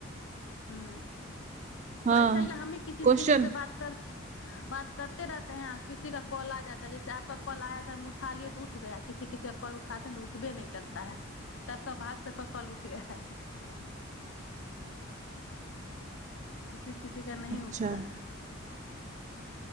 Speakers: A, on the left; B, on the right.
A: हँ
B: हाँ
A: त ऐसा ह हमे किसी
B: क्वेश्चन
A: न किसी से बात कर बात करते रहते है किसी का कल आ जाता है जैसे आपका कल आय त हम उठा लियै तऽ उठ गया किसी किसी का कल उठातेै तऽ उठबे न करता है तऽपक भाग सेक कल उठ गय है किसी किसी का नहीं
B: अच्छा
A: उठता है